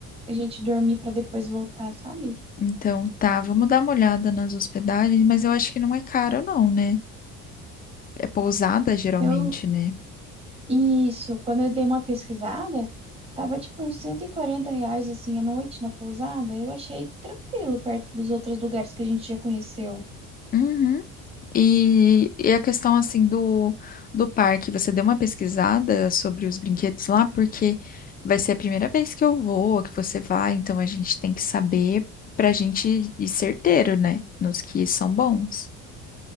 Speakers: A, on the right; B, on the left.
A: a gente dormir pra depois voltar, sabe?
B: Então, tá, vamos dar uma olhada nas hospedagens, mas eu acho que não é caro, não, né? É pousada, geralmente,
A: Eu,
B: né?
A: isso, quando eu dei uma pesquisada, tava tipo uns 140 reais, assim, a noite na pousada. Eu achei tranquilo perto dos outros lugares que a gente já conheceu.
B: Uhum. E, e a questão assim do, do parque, você deu uma pesquisada sobre os brinquedos lá, porque vai ser a primeira vez que eu vou, que você vai, então a gente tem que saber pra gente ir certeiro, né? Nos que são bons.